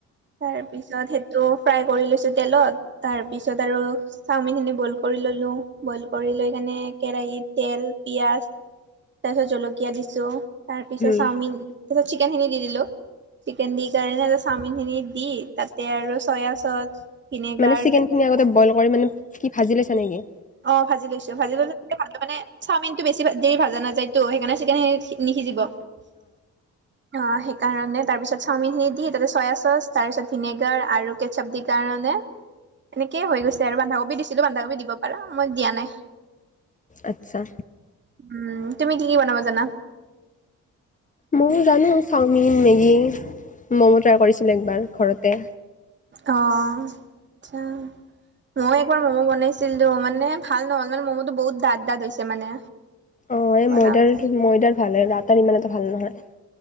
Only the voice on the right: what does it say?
তাৰপিছত সেট টো ফ্ৰাই কৰি লৈছোঁ তেলত তাৰপিছত আৰু চাওমিনখিনি বইল কৰি ললোঁ বইল কৰি লৈ কেনে কেৰাহিত তেল, পিয়াজ তাৰ পিছত জলকীয়া দিছোঁ, তাৰপিছত
চাওমিন, তাৰপিছত চিকেন খিনি দি দিলোঁ। চিকেন দি কাৰণে চাওমিনখিনি দি তাতে আৰু চয়া চচ ভিনেগাৰ
অ ভাজি লৈছো ভাজি ললে <unintelligible> টো মানে চাওমিনটো বেছি ভা দেৰি ভাজা নাযায়তো, সেইকাৰণে চিকেন সি নিসিজিব। অ সেই কাৰণে তাৰ পিছত চাওমিন খিনি দি তাতে চয়া চচ, তাৰ পিছত ভিনেগাৰ আৰু কেটচাপ দি কাৰণে এনেকেই হৈ গৈছে আৰু বান্ধাকবি দিছিলো, বান্ধাকবি দিব পাৰা মই দিয়া নাই।
উম তুমি কি কি বনাবা জানা?
অ' আচ্ছা। মই একবাৰ ম'ম' বনাইছিলো মানে ভাল নহ'ল মানে ম'ম'টো বহুত ডাঠ ডাঠ হৈছে মানে।
বনাওঁতে